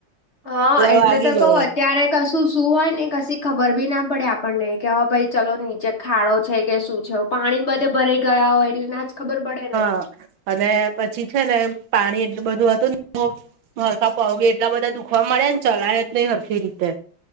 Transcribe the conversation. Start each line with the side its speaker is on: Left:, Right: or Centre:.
Left: હા એટલે
Right: વાગી
Left: તો
Right: ગયો
Left: કવ અત્યારે કશું શું હોયને કશી ખબર બી ના પડે આપણને કે હ ભાઈ ચલો નીચે ખાડો છે કે શું છે પાણી બધે ભરાઈ ગયા હોય એટલે ના જ ખબર પડે ને
Right: હ અને પછી છે ને પાણી એટલું બધું હતું <unintelligible> હરખા પગ એટલાં બધા દુખવા મળ્યાને ચલાય જ હરખી રીતે